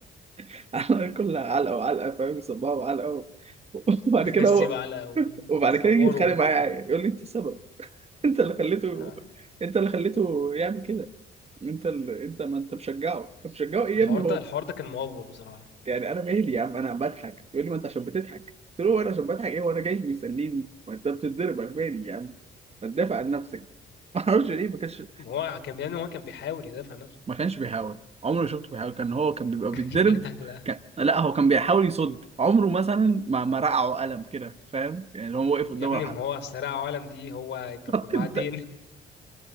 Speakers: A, on the right; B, on the left.
A: <laughs> علقه كلها علقه وعلقه فاهم يصبها وعلقه و- <laughs> وبعد
B: <laughs>
A: كده
B: نسيب
A: هو
B: علقة وصباره
A: <laughs> وبعد كده يجي يتخانق
B: <laughs> وبتاع
A: معايا يقول لي انت السبب انت اللي خليته
B: آه،
A: انت اللي خليته يعمل كده انت اللي... انت ما انت مشجعه مشجعه ايه
B: الحوار
A: يا ابني هو
B: ده الحوار ده كان مؤفر بصراحة
A: يعني انا مالي يا عم انا بضحك يقول لي ما انت عشان بتضحك قلت له هو انا عشان بضحك ايه وانا جاي بيسليني ما انت بتتضرب انا مالي يا عم ما تدافع عن نفسك <laughs> ما اعرفش ليه ما كانش
B: ما هو كان يعني هو كان بيحاول يدافع عن نفسه
A: ما كانش بيحاول عمري ما شفته بيحاول كان هو كان بيبقى
B: <laughs>
A: بيتضرب
B: لا لا
A: كان... لا هو كان بيحاول يصد عمره مثلا ما ما رقعه قلم كده فاهم يعني لو هو واقف
B: يا
A: قدامه
B: ابني
A: راح
B: ما هو صراع عالم دي هو طب
A: <laughs>
B: وبعدين
A: انت